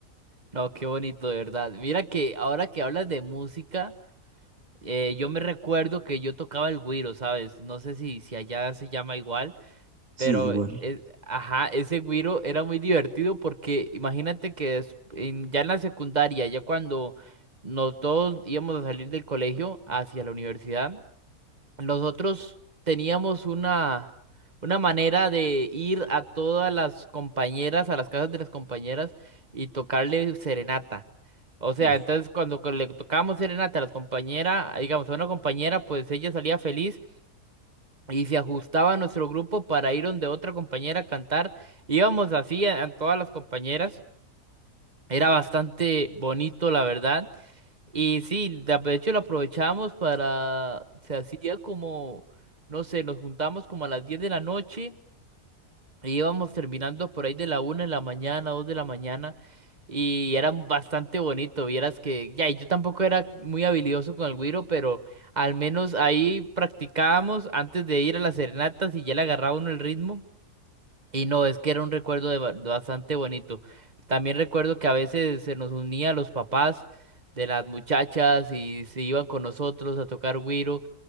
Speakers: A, on the right; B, on the right.
A: No, qué bonito, de verdad. Mira que ahora que hablas de música, eh, yo me recuerdo que yo tocaba el güiro, ¿sabes? No sé si, si allá se llama igual,
B: Sí,
A: pero
B: igual.
A: eh, ajá, ese güiro era muy divertido porque imagínate que des- en- ya en la secundaria, ya cuando nos todos íbamos a salir del colegio hacia la universidad, nosotros teníamos una, una manera de ir a todas las compañeras, a las casas de las compañeras y tocarle serenata. O sea,
B: Uf,
A: entonces cuando co- le tocábamos serenata a las compañeras, digamos, a una compañera, pues ella salía feliz y se ajustaba a nuestro grupo para ir donde otra compañera a cantar. Íbamos así a, a todas las compañeras. Era bastante bonito, la verdad. Y sí, de de hecho lo aprovechamos para, se hacía como, no sé, nos juntamos como a las 10 de la noche y íbamos terminando por ahí de la una de la mañana, 2 de la mañana y era bastante bonito, vieras que, ya, y yo tampoco era muy habilidoso con el güiro, pero al menos ahí practicábamos antes de ir a las serenatas y ya le agarraba uno el ritmo y no, es que era un recuerdo de ba- de bastante bonito. También recuerdo que a veces se nos unía los papás de las muchachas y se iban con nosotros a tocar güiro.